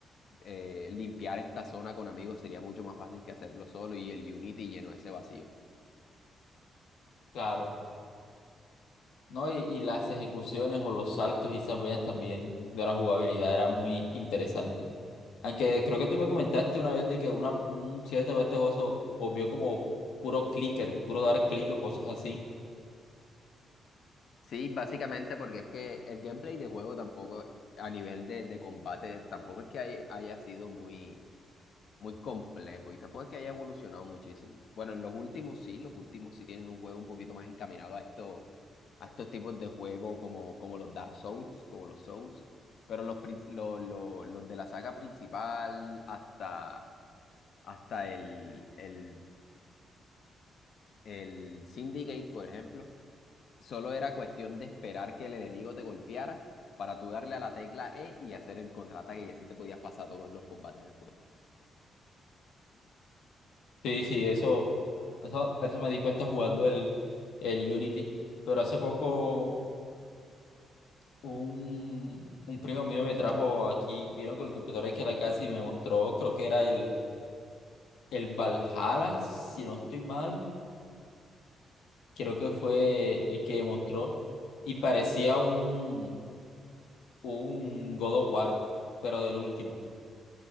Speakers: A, on the left; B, on the left.
A: eh, limpiar esta zona con amigos sería mucho más fácil que hacerlo solo y el Unity llenó ese vacío.
B: claro. ¿no? Y, y las ejecuciones o los saltos y esas vainas también de la jugabilidad era muy interesante. Aunque creo que tú me comentaste una vez de que una, un cierto parte de este juego se volvió como puro clicker, puro dar clic o cosas así.
A: Sí, básicamente porque es que el gameplay de juego tampoco, a nivel de, de combate, tampoco es que hay- haya sido muy, muy complejo y tampoco es que haya evolucionado muchísimo. Bueno, en los últimos sí, los últimos sí tienen un juego un poquito más encaminado a estos, a estos tipos de juego como, como los Dark Souls, como los Souls, pero los, princ- los, los, los de la saga principal hasta, hasta el, el, el Syndicate, por ejemplo Solo era cuestión de esperar que el enemigo te golpeara para tú darle a la tecla E y hacer el contraataque y así te podías pasar todos los combates del juego.
B: Sí, sí, eso, eso, eso me di cuenta jugando el, el Unity. Pero hace poco un, un primo mío me trajo aquí, vino con el computador aquí a la casa y me mostró, creo que era el, el Valhalla, si no estoy mal. creo que fue el que demostró, y parecía un, un God of War, pero del último.